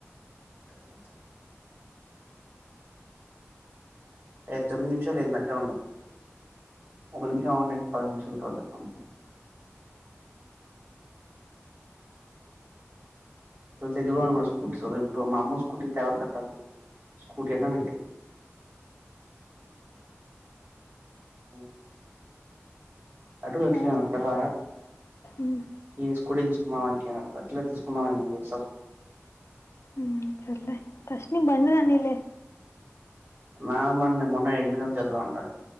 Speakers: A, on the right; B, on the left.
A: తె ఏ తొమిది నిమిషం అయింది అట్లనే ఉండు ఒక నిమిషం ఆవుండే పది నిమిషాల తర్వాత చెప్తా చది స్కూటీ ఇప్పుడు మా అమ్మ స్కూటీ దేవద్దంటారు స్కూటీయానా <unintelligible> ఉ అడుగుక్లే
B: అవును
A: పిల్ల
B: మ్మ్
A: ఈ స్కూటీ తీసుకున్నాంక అ అట్లా తీసుకుందాంస్
B: ఉ సర్లే బండి రాని లే
A: నామండి మొన్న ఇంటిక చదువు ఉంటాయి